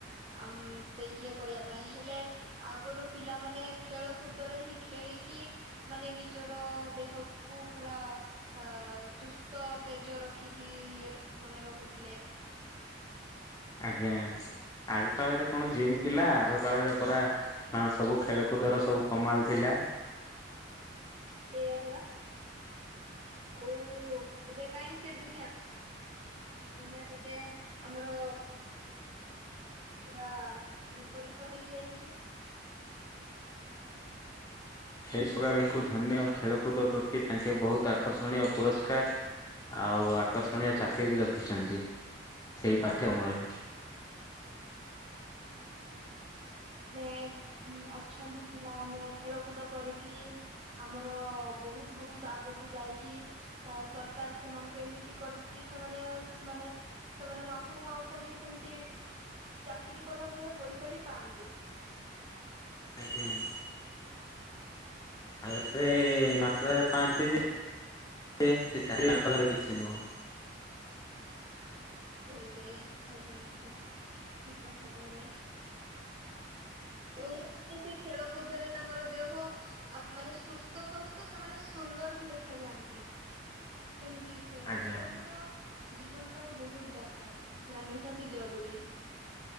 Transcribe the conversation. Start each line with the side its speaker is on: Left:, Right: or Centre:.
Right: ଆମ୍ ସେ ଇଏ କରିବା ପାଇଁ ହେଲେ ଆଗରୁ ପିଲାମାନେ ଖେଳକୁୁଦରେ ହିଁ ଖେଳିକି। ମାନେ ନିଜର ଦେହକୁ ପୁରା ଅ ସୁସ୍ ତ ତେଜ ରଖିକି ଇଏ ମାନେ ରହୁଥିଲେ।
Left: ଆଜ୍ଞା। ଆଗ କାଳରେ କଣ ଜିମ୍ ଥିଲା, ଆଗ କାଳରେ ପୁରା ହଁ ସବୁ ଖେଳକୁଦର ସବୁ କମାଲ ଥିଲା।
Right: ସେଇଆ ପରା। ଆଉ ଏବେ କାହିଁ ସେ ଦୁନିଆ। ଦୁନିଆ ତ ଚେ ଆମର ପୁରା ବିପରୀତ ହେଇଯାଇଛି।
Left: ଏହି <unintelligible> ଧନ୍ୟ ଖେଳକୁଦ ପ୍ରତି ତାଙ୍କେ ବହୁତ ଆକର୍ଷଣୀୟ ପୁରସ୍କାର ଆଉ ଆକର୍ଷଣୀୟ ଚାକିରି ବି ରଖିଛନ୍ତି, ସେଇ ପାଠ୍ୟମରେ।
Right: ନେ ଅଛନ୍ତି ପିଲାମାନେ ଖେଳକୁଦ କରିକି ଆମର ବହୁତ ବହୁତ ଆଗକୁ ଯାଇକି ଆ ସରକାର ସେମାନଙ୍କୁ ଏମିତି କରିଛି, ଯେ ସେମାନେ ମାନେ ସେମାନେ ମାସକୁ ମାଉସ ବି ସେମିତି, ଚାକିରି କଲା ଭଳିଆ ପଇସା ବି ପାଆନ୍ତି।
Left: ଆଜ୍ଞା। ଆ ଏତେ ମାତ୍ରରେ ପାଆନ୍ତି
Right: ଆଉ
Left: ଯେ, ସେ ଚାରିକି <inaudible> କିଛି ନୁହଁ।
Right: ହେଇଯାଏ ଆଜ୍ଞା। ଠିକ କଥା କହିଲେ। ଏବଂ ମାନେ ସେ ଖେଳକୁଦରେ ତାଙ୍କର ଦେହ ଆ ମାନେ ସୁସ୍ଥ ସହିତ ସେମାନେ ସୁନ୍ଦର ବି ଦେଖାାଯାଆନ୍ତି। ସେମିତି ସେ
Left: ଆଜ୍ଞା
Right: ଖେଳକୁଦ ଜୀବନ ପାଇଁ ବହୁତ ଦରକାର। ପୁରା ନିହାତି ଜରୁରୀ।